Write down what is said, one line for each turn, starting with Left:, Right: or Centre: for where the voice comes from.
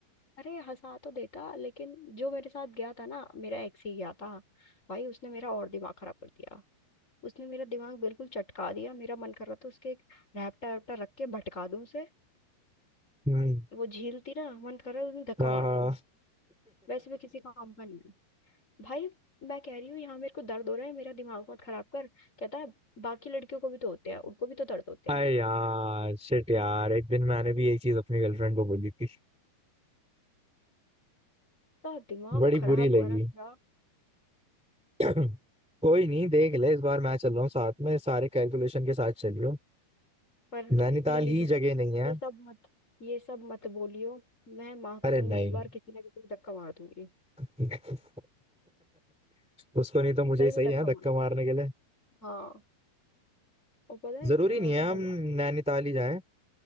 Left: अरे हंसा तो देता लेकिन जो मेरे साथ गया था ना मेरा एक्स ही गया था भाई उसने मेरा और दिमाग खराब कर दिया उसने मेरा दिमाग बिल्कुल चटका दिया मेरा मन कर रहा था उसके एक रैपटा वैपटा रख के भटका दूं उसे
Centre: हम्म
Left: वो झील थी ना मन कर रहा था उसमें धक्का
Centre: हाँ
Left: मार दूं वैसे भी किसी काम का नहीं है भाई मैं कह रही हूँ यहाँ मेरे को दर्द हो रहा है मेरा दिमाग मत खराब कर कहता है बाकी लड़कियों को भी तो होते हैं उनको भी तो दर्द होते
Centre: हाय
Left: हैं
Centre: यार शिट यार एक दिन मैंने भी यही चीज अपनी गर्लफ्रेंड को बोली थी
Left: तो दिमाग
Centre: बड़ी
Left: खराब
Centre: बुरी लगी
Left: हुआ ना मेरा
Centre: <clears throat> कोई नहीं देख
Left: ये तो
Centre: ले इस बार मैं चल रहा हूँ साथ में सारे कैलकुलेशन के साथ चलियो
Left: पर
Centre: नैनीताल
Left: प्लीज
Centre: ही जगह नहीं है
Left: ये सब मत ये सब मत बोलियो मैं माँ
Centre: अरे
Left: कसम
Centre: नहीं
Left: इस बार किसी ना किसी को धक्का मार दूंगी
Centre: <laughs> उसको नहीं तो मुझे
Left: सही
Centre: ही सही
Left: में धक्का
Centre: है धक्का
Left: मार
Centre: मारने के लिए
Left: हाँ और पता है
Centre: जरूरी
Left: अ,
Centre: नहीं है
Left: क्या
Centre: हम
Left: हुआ
Centre: नैनीताल ही जाएं